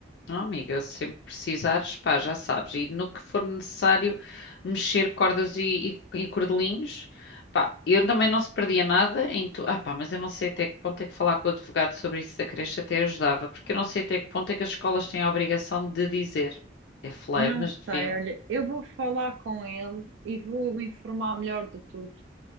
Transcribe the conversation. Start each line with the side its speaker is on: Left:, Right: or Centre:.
Left: Ah, amiga, sempre precisares, pá, já sabes. E no que for necessário mexer cordas e, e, e cordelinhos, pá, eu também não se perdia nada em tu. Ah, pá, mas eu não sei até que ponto é que falar com o advogado sobre isso da creche até ajudava, porque eu não sei até que ponto é que as escolas têm a obrigação de dizer. É fleiro,
Right: Não
Left: mas
Right: sei,
Left: deviam.
Right: olha, eu vou falar com ele e vou me informar melhor de tudo,